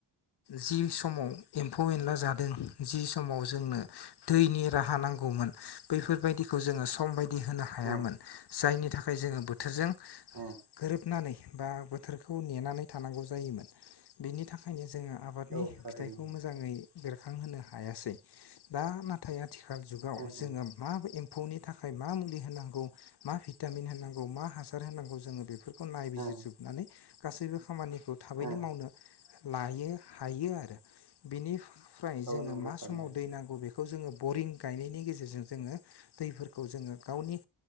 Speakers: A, on the left; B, on the right.
A: जि समाव एम्फौ एनला जादों जि समाव जोंनो दैनि राहा नांगौमोन बैफोरबायदिखौ जोङो सम बाय नि होनो हायामोन
B: उम
A: जायनि थाखाय जोङो बोथोरजों
B: उम
A: गोरोबनानै बा बोथोरखौ नेनानै थानांगौ जायोमोन बेनि थाखायनो जोङो आबादनि
B: औ थारैनो
A: फिथाइखौ
B: उम
A: मोजाङै बेरखांहोनो हायासै दा नाथाय आथि खाल जुगाव
B: उम
A: जोङो माबा एम फौनि थाखाय मा मुलि होनांगौ मा भिटामिन होनांगौ मा हासार होनांगौ जोङो बेफोरखौ नाय जोबनानै
B: उम
A: गासैबो खामानि खौ थाबैनो
B: उम
A: मावनो लायो हायो आरो बिनि फ्राय
B: औ
A: जोङो
B: नंगौ
A: मा
B: थारैनो
A: समाव
B: नोंथां
A: दै नांगौ बेखौ जोङो बरिं गायनायनि गेजेरजों जोङो दैफोरखौ जोङो गावनि